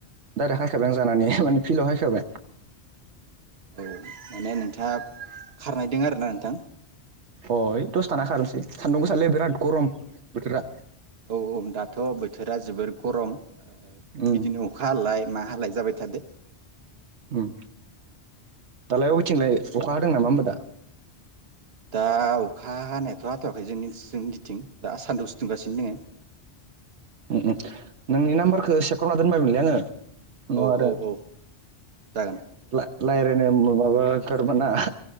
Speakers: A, on the right; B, on the right.
A: दायरेक हायखाबाय आं जानानै फिल्डआव हायखाबाय।
B: औ माने नोंथाङा खारनायदों आरो ना नोंथां
A: अ ओइ दसे थाना खारनोसै सान्दुं गोसालै बिराद गरम
B: औ
A: बोथोरा
B: औ औ औ दाथ' बोथोरा जोबोर गरम ओ
A: उम
B: बिदिनो अखा हालाय मा हालाय जाबाय थादो
A: उम दालाय अबिथिंलाय अखा हादों नामा होमबा दा
B: दा अखा हानायाथ' हाथ'वाखै जों जोंनिथिं दा सान्दुंसो दुंगासिनो दोङो।
A: उम नोंनि नाम्बारखौ सेभ खालामना दोनबायमोनलै आङो।
B: औ
A: नाव आरो
B: औ औ जागोन
A: ला लायरा ओम मोबाबो गोरबोना